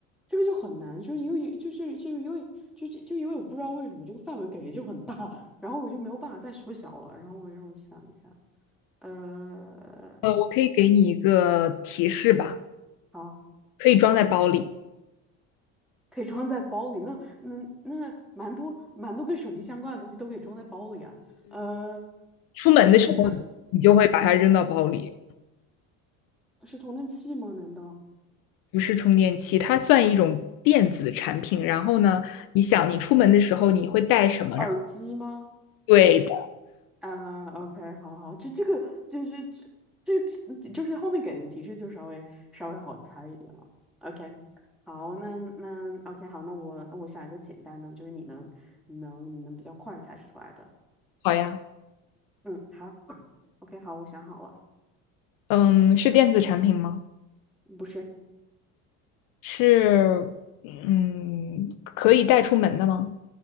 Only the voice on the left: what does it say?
呃，我可以给你一个提示吧，
可以装在包里，
出门的时候你就会把它扔到包里。
不是充电器，它算一种电子产品。然后呢，你想你出门的时候你会带什么？
然后对的，
好呀，
嗯，是电子产品吗？
是嗯可以带出门的吗？